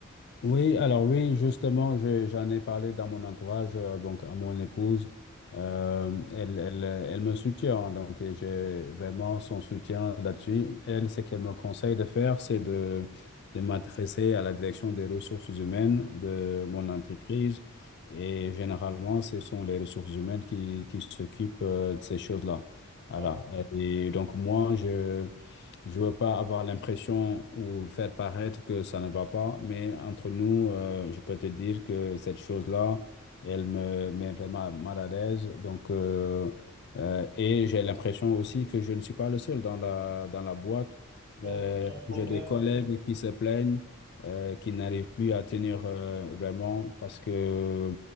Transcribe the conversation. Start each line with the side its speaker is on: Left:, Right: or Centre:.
Left: Oui, alors oui, justement, je- j'en ai parlé dans mon entourage, euh, donc à mon épouse. Euh, elle, elle, elle me soutient, hein, donc euh, j'ai vraiment son soutien là-dessus. Elle, ce qu'elle me conseille de faire, c'est de, de m'adresser à la direction des ressources humaines de mon entreprise. Et généralement, ce sont les ressources humaines qui, qui s'occupent euh, de ces choses-là. Voilà.
Right: D'accord.
Left: Et donc moi, je... Je veux pas avoir l'impression ou faire paraître que ça ne va pas, mais entre nous, euh, je peux te dire que cette chose-là, elle me met vraiment mal à l'aise. Donc, euh, euh, et j'ai l'impression aussi que je ne suis pas le seul dans la, dans la boîte.
Right: Donc,
Left: Euh,
Right: il y a un problème.
Left: j'ai des collègues
Right: euh,
Left: qui se plaignent, euh, qui n'arrivent plus à tenir euh, vraiment parce que euh,